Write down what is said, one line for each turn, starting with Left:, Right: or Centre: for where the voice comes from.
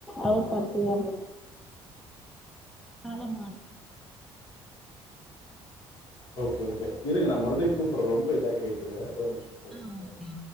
Centre: அவர் படத்துக்கு தா போனோ காலம் மாறு
Left: ஓகே ஓகே இருங்க நா மறுபடியு கூப்புற ரொம்ப இதா கேக்குது ஒரு நிமிஷ
Centre: ஆ
Left: கூப்புற
Centre: ஓகே ஓகே